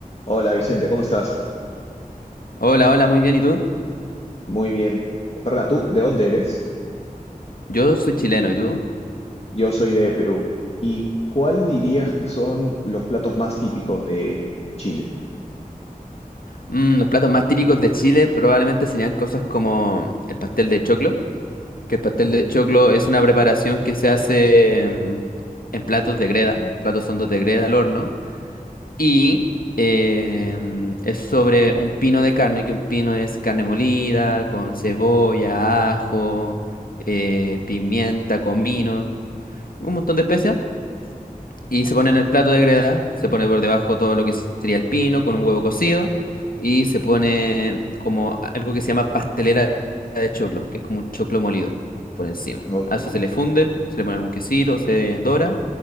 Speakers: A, on the left; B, on the left.
A: Hola Vicente, ¿cómo estás?
B: Hola, hola, muy bien. ¿Y tú?
A: Muy bien. Perdona, ¿tú de dónde eres?
B: Yo soy chileno, ¿y tú?
A: Yo soy de Perú. ¿Y cuál dirías que son los platos más típicos de Chile?
B: Mm, los platos más típicos de Chile probablemente serían cosas como el pastel de choclo, que el pastel
A: Ujú.
B: de choclo es una preparación que se hace mm, en platos de greda, platos hondos de greda al horno, y em, es sobre un pino de carne, que un pino es carne molida, con cebolla, ajo, eh, pimienta, comino, un montón de especias. Y se pone en el plato de greda, se pone por debajo todo lo que sería el pino con un huevo cocido y se pone como algo que se llama pastelera de choclo, que es como un choclo molido por encima.
A: Ok,
B: A eso se le funde, se le pone algún quesito, se dora